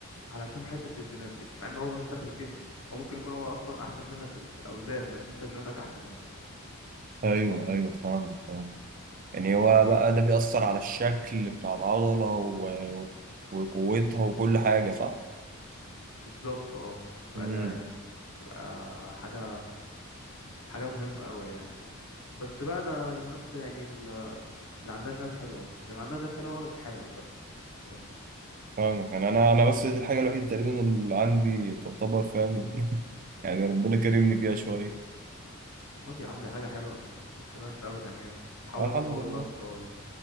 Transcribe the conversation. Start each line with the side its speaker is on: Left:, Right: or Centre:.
Left: علشان حته الجينات دي مع ان هو ملوش دخل فيها وممكن يكون هو اصلا احسن منك في في الاوزان بس انت جيناتك احسن منه
Right: ايوه ايوه فاهم فاهم يعني هو
Left: فدي
Right: بقى ده بيأثر على الشكل بتاع العضله و... وقوتها وكل حاجه صح
Left: بالظبط اه تبقى
Right: امم
Left: لا يعني تبقى حاجه حاجه مهمه قوي يعني بس بقى ده الناس يعني اللي عندها جينات حلوة اللي ما عندهاش جينات حلوة بقى بتحاول بقى فاهم
Right: فاهمك يعني انا انا بس دي الحاجه الوحيده تقريبا اللي عندي تعتبر فاهم <laughs> يعني ربنا كرمني فيها شويه
Left: طب يا عم دي حاجة حلوة مش حاجة وحشة أبدا يعني حاول
Right: الحمد
Left: تطور
Right: لله
Left: بقى التراي